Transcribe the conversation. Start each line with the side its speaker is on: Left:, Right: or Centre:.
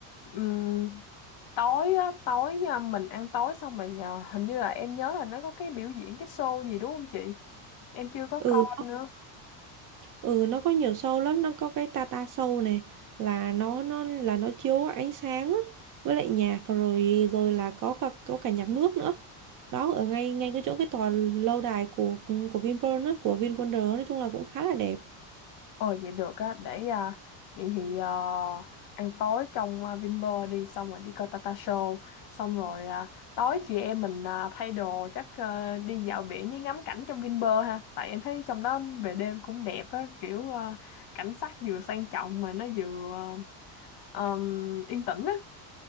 Left: Ừm, tối á, tối nha, mình ăn tối xong rồi à, hình như là em nhớ là nó có cái biểu diễn, cái show gì đúng không chị? Em chưa có
Right: ừ
Left: coi nữa.
Right: Ừ nó có nhiều show lắm, nó có cái Tata show này là nó nó là nó chiếu ánh sáng á, với lại nhạc rồi rồi là có cả có cả nhạc nước nữa. Đó ở ngay ngay cái chỗ cái tòa lâu đài của của Vinpearl á, của VinWonder á, nói chung là cũng khá là đẹp.
Left: Ồ vậy được á để à, vậy thì à, ăn tối trong à, Vinpearl đi xong rồi đi coi Tata Show xong rồi à, tối chị em mình à, thay đồ chắc à, đi dạo biển với ngắm cảnh trong Vinpearl ha tại em thấy trong đó về đêm cũng đẹp á kiểu à, cảnh sắc vừa sang trọng mà nó vừa à, ừm, yên tĩnh á